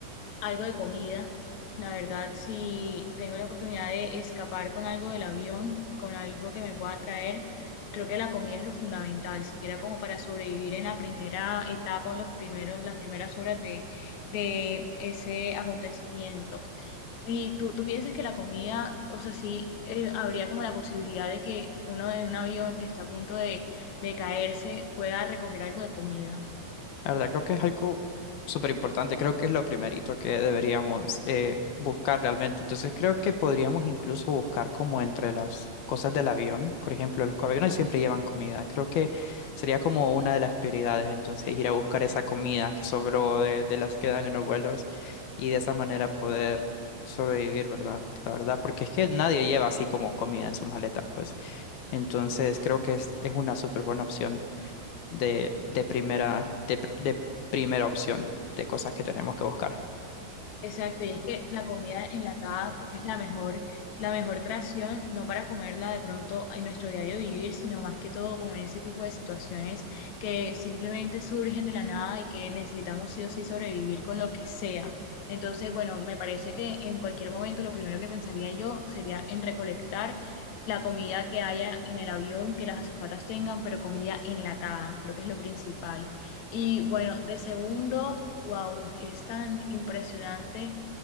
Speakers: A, on the left (about 80°); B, on the left (about 65°).
A: algo de comida. La verdad, si tengo la oportunidad de escapar con algo del avión, con algo que me pueda traer, creo que la comida es lo fundamental, siquiera como para sobrevivir en la primera etapa o los primeros, las primeras horas de, de ese acontecimiento. Y tú, tú piensas que la comida, o sea, sí, eh, habría como la posibilidad de que uno en un avión que está a punto de, de caerse pueda recoger algo de comida.
B: La verdad, creo que es algo súper importante. Creo que es lo primerito que deberíamos eh, buscar realmente. Entonces, creo que podríamos incluso buscar como entre las cosas del avión. Por ejemplo, los aviones siempre llevan comida. Creo que sería como una de las prioridades. Entonces, ir a buscar esa comida que sobró de, de las que dan en los vuelos y de esa manera poder sobrevivir, ¿verdad? La verdad, porque es que nadie lleva así como comida en sus maletas, pues. Entonces, creo que es, es una súper buena opción de, de primera, de, pr- de primera opción de cosas que tenemos que buscar.
A: Exacto, y es que la comida enlatada creo que es la mejor, la mejor creación, no para comerla de pronto en nuestro diario vivir, sino más que todo como en ese tipo de situaciones que simplemente surgen de la nada y que necesitamos sí o sí sobrevivir con lo que sea. Entonces, bueno, me parece que en cualquier momento lo primero que pensaría yo sería en recolectar la comida que haya en el avión, que las azafatas tengan, pero comida enlatada, creo que es lo principal. Y bueno, de segundo. Wow, es tan impresionante